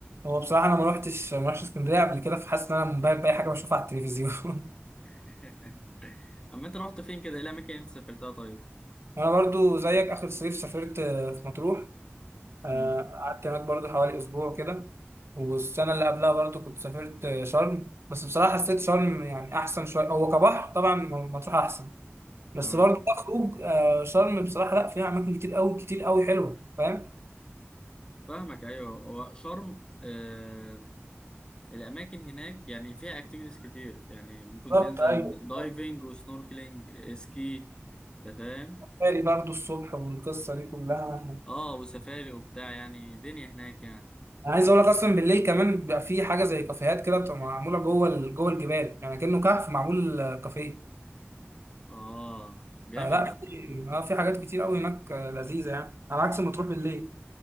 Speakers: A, on the right; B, on the left.
A: هو بصراحة أنا ما روحتش ما روحتش اسكندرية قبل كده فحاسس إن أنا منبهر بأي حاجة بشوفها على التلفزيون <laughs>
B: <laughs> اما انت رحت فين كده ايه الاماكن اللي انت سافرتها طيب
A: أنا برضو زيك آخر صيف سافرت آه، في مطروح آه،
B: امم
A: قعدت هناك برضو حوالي أسبوع كده والسنة اللي قبلها برضو كنت سافرت آه، شرم بس بصراحة حسيت شرم يعني أحسن شوية هو كبحر طبعا م- مطروح أحسن بس
B: تمام
A: برضو كخروج آه، شرم بصراحة لأ فيها أماكن كتير أوي كتير أوي حلوة فاهم؟
B: فاهمك ايوه هو شرم آه الاماكن هناك يعني فيها اكتيفيتيز كتير يعني ممكن
A: بالظبط
B: تنزل
A: أيوه
B: دايفنج
A: بالظبط.
B: وسنوركلينج سكي انت فاهم
A: بالي برضو الصبح والقصة دي كلها
B: اه وسفاري وبتاع يعني دنيا هناك يعني
A: انا عايز اقول لك اصلا بالليل كمان بيبقى في حاجه زي كافيهات كده بتبقى معموله جوه ال- جوه الجبال يعني كانه كهف معمول آه، كافيه
B: اه جامد
A: آه لا
B: ده
A: في <laughs> اه في حاجات كتير قوي هناك آه، لذيذه يعني على عكس ما تروح بالليل